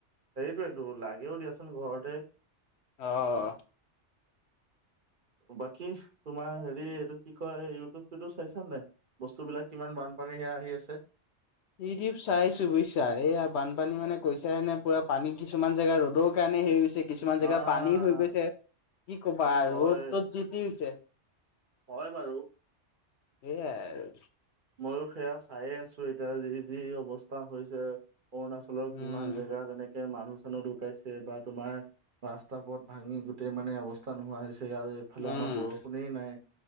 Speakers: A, on the right (about 50°); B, on the left (about 70°).
A: হেৰিটোটো লাগেও দিয়াচোন ঘৰতে।
B: অহ ',
A: বাকী তোমাৰ হেৰি এইটো কি কয় ইউটিউব চউটিউব চাইছা নাই বস্তুবলাক কিমান বান বানপানীহে আহি আছে।
B: হৰিপ চাইছো বুইছা এয়া বানপানী মানে কৈছে পুৰা পানী কিছুমান জেগা ৰ'দৰ কাৰণে হেৰি গৈছে। কিছুমান
A: আহ
B: জেগা পানী হৈ গৈছে কি কবা
A: হয়
B: ৰ'দ তত জিতি হৈছে।
A: হয় বাৰু।
B: সেয়াই আৰু।
A: ময়ো সেয়া চায়ে আছো এতিয়া যি - যি অৱস্থা হৈছে অৰুণাচলৰ
B: উম,
A: কিমান জেগা তেনেকে মানুহ চানুহ ঢুকাইছে বা তোমাৰ ৰাস্তা পথ ভাঙি গোটেই মানে অৱস্থা নোহোৱা হৈছে। আৰু এইফালে
B: উম,
A: আমাৰ বৰষুনেই নাই